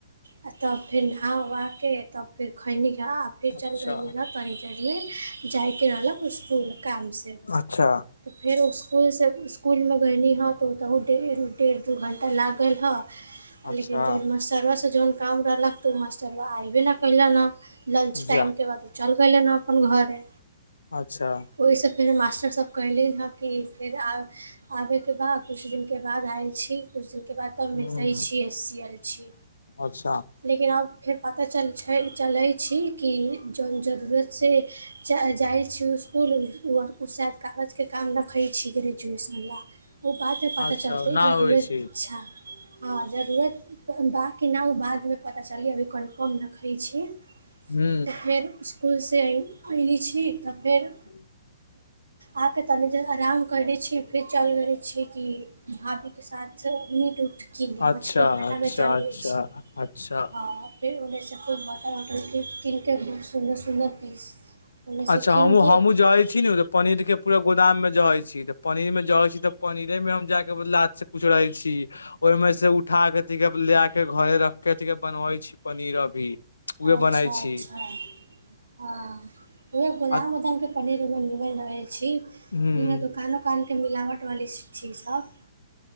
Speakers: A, on the right; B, on the left.
A: आ तब फेर नहा उहाके तब फेर खैनी आ फेर
B: अच्छा
A: जन गैनी ह जाय के रहलक स्कूल कामसँ
B: अच्छा
A: तऽ फेर इसकुलसँ इसकुलमे गैली हँ तऽ ओतहु डेढ़ दू घण्टा लाग गैलही हऽ
B: अच्छा
A: लेकिन जन मटरबासँ जौन काम रहलक मास्टरबा अऐबे नैय कयलनि लंच
B: जा
A: टाइमके बाद ओ चल गैलेन अपन घरे
B: अच्छा
A: ओहिसँ फेर मास्टर सब कैले हँ कि फेर आबैके बाद किछु दिनके बाद आयल छी किछु दिनके बाद तब
B: हूँ
A: मिलतै C S C L C
B: अच्छा
A: लेकिन अब फेर पता चल छै चलै छी कि जौन जरूरत से जाइ छी उसकुल शायद कागजके काम रखै छी ग्रेजुएशन लए ओ बाद मे पता
B: अच्छा
A: चलतै
B: ओना
A: जरूतछा
B: होइ छै
A: हँ जरूरत बाकि न ओ बादमे पता चलै अभी कन्फर्म नहि करै छी
B: हूँ
A: फेर इसकुलसँ अयले छी तऽ फेर
B: <inaudible>
A: आके तनि ज आराम करै छी फिर चलि गेलै छी कि खा पिके साथ मीट उट कीन
B: अच्छा
A: मछली हटाबे
B: अच्छा
A: चल
B: अच्छा
A: गेल छी
B: अच्छा
A: ह अ किन के सुन सुन पीस ओन्नेसँ
B: अच्छा
A: कीन
B: हमू
A: कऽ
B: हमूँ जाइ तऽ पनीर के पूरा गोदाम मे जहै छी तऽ पनीर मे जहै छी तऽ पनीरे मे हम जा जाके लाद स रहे छी ओहिमें से उठा के ले के घरे रख के बनवे छी पनीर अभी उहे
A: अच्छा
B: बनै
A: अच्छा
B: छी
A: ह ओ गोदाम
B: आ
A: उदाम के पनीर रहल छी
B: हूँ
A: दुकान उकान के मिलावट वाली छी सब